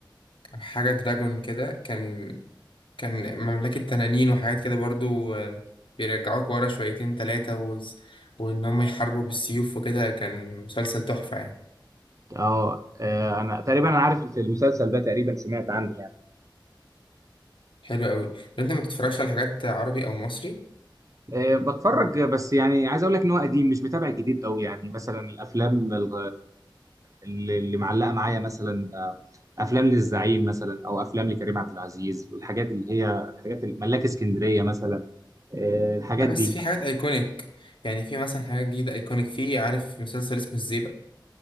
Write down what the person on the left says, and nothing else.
أو حاجة دراجون كده كان كان مملكة تنانين وحاجات كده برضو آه، بيرجعوك ورا شويتين تلاتة وز- وإن هم يحاربوا بالسيوف وكده كان مسلسل تحفة يعني
حلو قوي طب انت ما بتتفرجش على حاجات عربي او مصري
لا بس
في حاجات ايكونيك يعني في مثلا حاجات جديده ايكونيك في عارف في مسلسل اسمه الزيبق